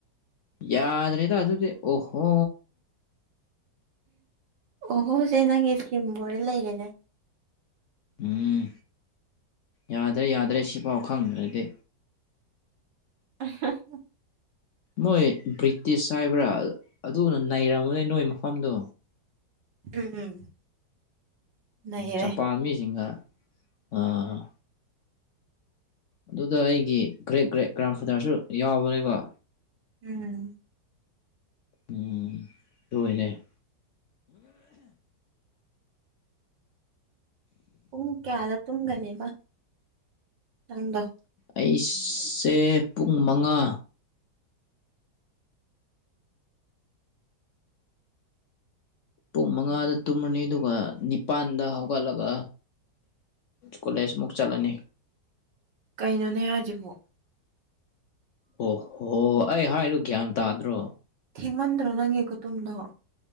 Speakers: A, on the left; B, on the right.
A: ꯌꯥꯗ꯭ꯔꯦꯗ ꯑꯗꯨꯗꯤ ꯑꯣꯍꯣ
B: ꯎꯝ ꯑꯣꯍꯣꯁꯦ ꯅꯪꯒꯤ ꯊꯤꯝ ꯃꯣꯔ ꯂꯩꯔꯦꯅꯦ
A: ꯎꯝ ꯌꯥꯗ꯭ꯔꯦ ꯌꯥꯗ꯭ꯔꯦ ꯁꯤꯐꯥꯎ ꯈꯪꯗ꯭ꯔꯗꯤ
B: ꯑꯍꯥ
A: ꯃꯣꯏ ꯕ꯭ꯔꯤꯇꯤꯁ ꯍꯥꯏꯕ꯭ꯔꯥ ꯑꯗꯨꯅ ꯅꯩꯔꯝꯕꯗꯩ ꯅꯣꯏ ꯃꯐꯝꯗꯣ
B: ꯎꯝ ꯂꯩꯔꯦ
A: ꯖꯄꯥꯟ ꯃꯤꯁꯤꯡꯅ ꯑꯥ ꯑꯗꯨꯗ ꯑꯩꯒꯤ ꯒ꯭ꯔꯦꯠ ꯒ꯭ꯔꯦꯠ ꯒ꯭ꯔꯥꯝ ꯐꯥꯗ꯭ꯔꯁꯨ ꯌꯥꯎꯕꯅꯦꯕ
B: ꯎꯝ
A: ꯎꯝ ꯂꯣꯏꯔꯦ
B: ꯄꯨꯡ ꯀꯌꯥꯗ ꯇꯨꯝꯒꯅꯦꯕ ꯅꯪꯗꯣ
A: ꯑꯩꯁꯦ ꯄꯨꯡ ꯃꯪꯉꯥ ꯄꯨꯡ ꯃꯪꯉꯥꯗ ꯇꯨꯝꯃꯅꯤ ꯑꯗꯨꯒ ꯅꯤꯄꯥꯥꯟꯗ ꯍꯧꯒꯠꯂꯒ ꯀꯣꯂꯦꯖꯃꯨꯛ ꯆꯠꯂꯅꯤ
B: ꯀꯩꯅꯣꯅꯦ ꯍꯥꯏꯁꯤꯕꯣ
A: ꯑꯣꯍꯣ ꯑꯩ ꯍꯥꯏꯗꫭ ꯒ꯭ꯌꯥꯟ ꯇꯥꯗ꯭ꯔꯣ
B: ꯊꯦꯡꯃꯟꯗ꯭ꯔꯣ ꯅꯪꯒꯤ ꯈꯨꯇꯨꯝꯗꯣ